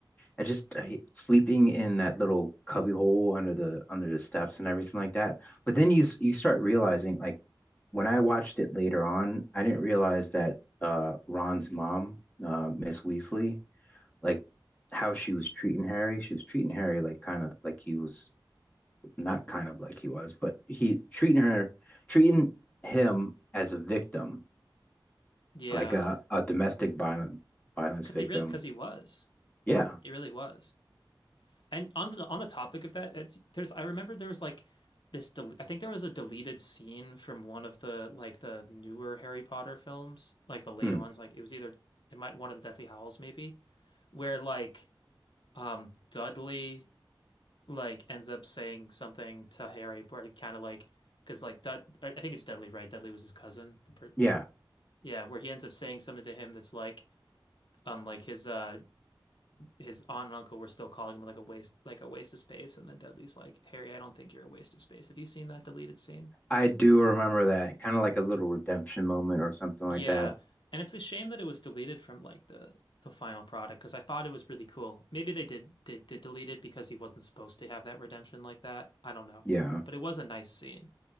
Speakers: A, on the left; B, on the left.
A: I just I, sleeping in that little cubby hole under the under the steps and everything like that. But then you s- you start realizing like when I watched it later on, I didn't realize that uh Ron's mom, uh Miss Weasley, like how she was treating Harry. She was treating Harry like kind of like he was not kind of like he was, but he treating her treating him as a victim
B: Yeah,
A: like a, a domestic violent violence
B: because
A: victim.
B: he really because he was
A: Yeah.
B: he really was. And on the on the topic of that, it's- there's I remember there was like this del I think there was a deleted scene from one of the like the newer Harry Potter films, like the later
A: Hmm.
B: ones. Like it was either it might one of the Deathly Hallows maybe, where like um Dudley like ends up saying something to Harry, where he kind of like, because like Dud, I think it's Dudley, right? Dudley was his cousin. The per
A: Yeah.
B: yeah, where he ends up saying something to him that's like, um, like his uh his aunt and uncle were still calling him like a waste, like a waste of space, and then Dudley's like, Harry, I don't think you're a waste of space. Have you seen that deleted scene?
A: I do remember that. Kind of like a little redemption moment or something like
B: Yeah,
A: that.
B: and it's a shame that it was deleted from like the the final product because I thought it was really cool. Maybe they did did did delete it because he wasn't supposed to have that redemption like that. I don't know,
A: Yeah.
B: but it was a nice scene.